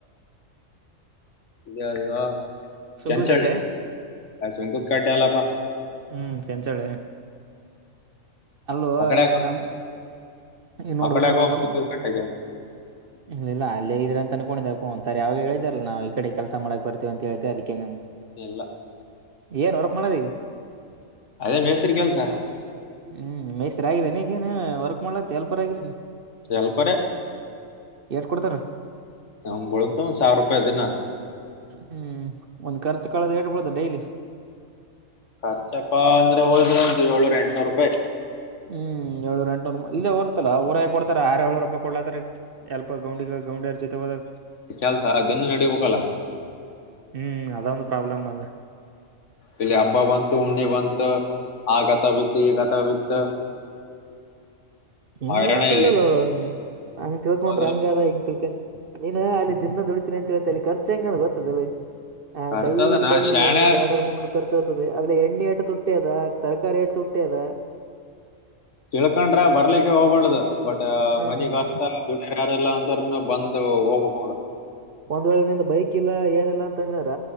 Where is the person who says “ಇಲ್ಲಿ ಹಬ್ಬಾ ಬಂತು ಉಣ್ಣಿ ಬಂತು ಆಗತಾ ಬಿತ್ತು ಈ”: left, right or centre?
Left